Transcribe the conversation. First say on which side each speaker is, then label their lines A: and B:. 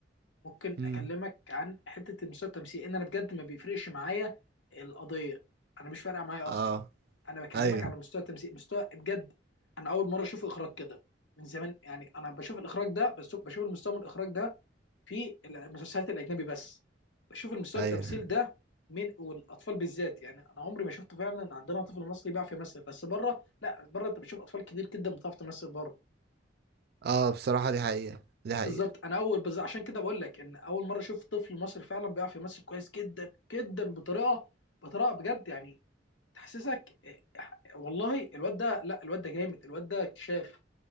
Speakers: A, on the left; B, on the right.
A: ممكن
B: مم.
A: اكلمك عن حته المستوى التمثيلي ان انا بجد ما بيفرقش معايا القضيه انا مش فارقه معايا
B: اه
A: اصلا انا بكلمك
B: ايوه
A: عن مستوى التمثيل مستوى بجد انا اول مره اشوف اخراج كده من زمان يعني انا بشوف الاخراج ده بس بشوف المستوى من الاخراج ده في المسلسلات الاجنبي بس بشوف المستوى
B: ايوه
A: التمثيل ده من والاطفال بالذات يعني انا عمري ما شفته فعلا عندنا طفل مصري بيعرف يمثل بس بره لا بره انت بتشوف اطفال كتير جدا بتعرف تمثل بره
B: اه بصراحة دي حقيقة دي حقيقة
A: بالظبط انا اول بس عشان كده بقول لك ان اول مره اشوف طفل مصري فعلا بيعرف يمثل كويس جدا جدا بطريقه بطريقه بجد يعني تحسسك والله الواد ده لا الواد ده جامد الواد ده اكتشاف